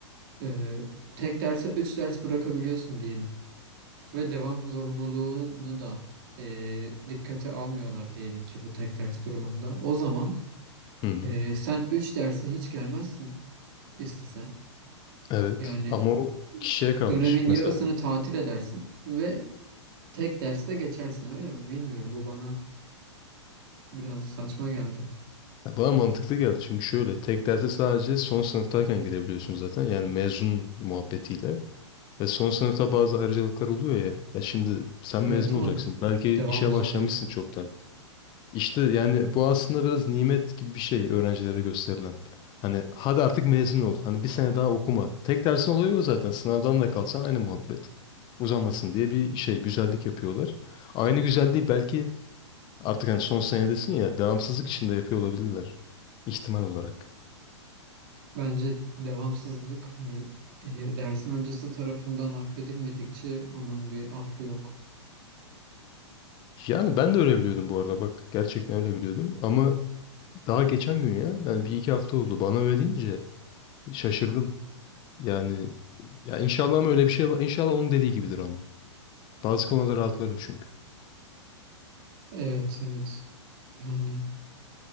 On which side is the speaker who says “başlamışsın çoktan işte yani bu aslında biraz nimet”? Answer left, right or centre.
Left